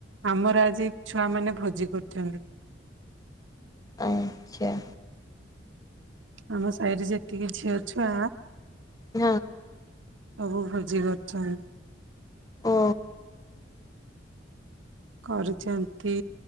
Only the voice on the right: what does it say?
ଆମର ଆଜି ଛୁଆ ମାନେ ଭୋଜି କରୁଛନ୍ତି।
ଆମ ସାହିରେ ଯେତିକି ଝିଅ ଛୁଆ
ସବୁ ଭୋଜି କରୁଚନ୍ତି।
କରୁଚନ୍ତି